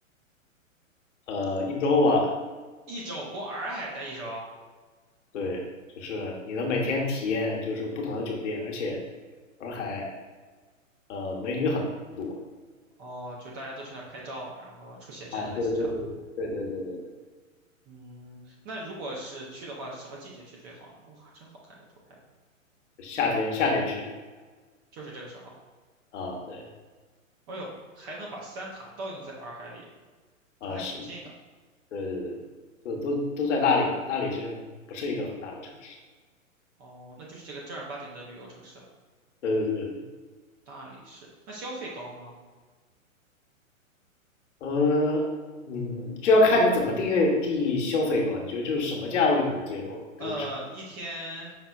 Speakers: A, on the left (about 60°); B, on the right (about 20°).
A: 呃，一周吧，
B: 一周，光洱海待一周。
A: 对，就是你能每天体验就是不同的酒店，而且洱海呃美女很多
B: 哦，就大家都去那儿拍照，然后出写真，
A: 啊，
B: 类似这样的。
A: 对对对对对对对。
B: 嗯，那如果是去的话，什么季节去最好呢？哇，真好看这图拍的，
A: 夏天夏天去
B: 就是这个时候。
A: 啊，对
B: 哎呦，还能把三塔倒映在洱海里，
A: 啊是，
B: 它还挺近的。
A: 对对对，都都都在大理嘛，大理其实不是一个很大的城市，
B: 哦，那就是这个正儿八经的旅游城市了，
A: 对对对对，
B: 大理市。那消费高吗？
A: 呃，你这要看你怎么定义定义消费高，你觉得就是什么价位你能接受的，比如吃
B: 呃，一天